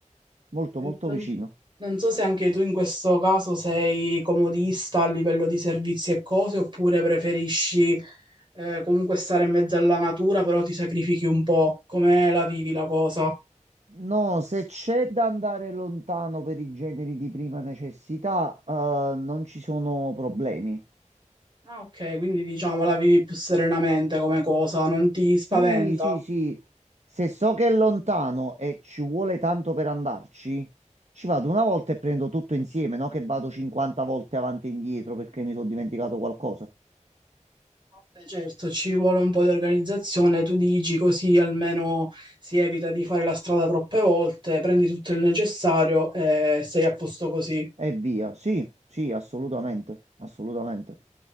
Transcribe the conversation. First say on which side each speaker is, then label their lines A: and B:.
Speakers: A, on the right; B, on the right.
A: molto, molto
B: non,
A: vicino.
B: Non so se anche tu in questo caso sei comodista a livello di servizi e cose, oppure preferisci eh, comunque stare in mezzo alla natura, però ti sacrifichi un po'. Come la vivi la cosa?
A: No, se c'è da andare lontano per i generi di prima necessità, eh, non ci sono problemi.
B: Ah, ok, quindi diciamo la vivi più serenamente come cosa, non ti spaventa?
A: Sì, sì, sì. Se so che è lontano e ci vuole tanto per andarci, ci vado una volta e prendo tutto insieme, no? Che vado 50 volte avanti e indietro perché mi sono dimenticato qualcosa.
B: Vabbè, certo, ci vuole un po' di organizzazione, tu dici così almeno si evita di fare la strada troppe volte, prendi tutto il necessario e sei a posto così.
A: E via. Sì, sì, assolutamente, assolutamente.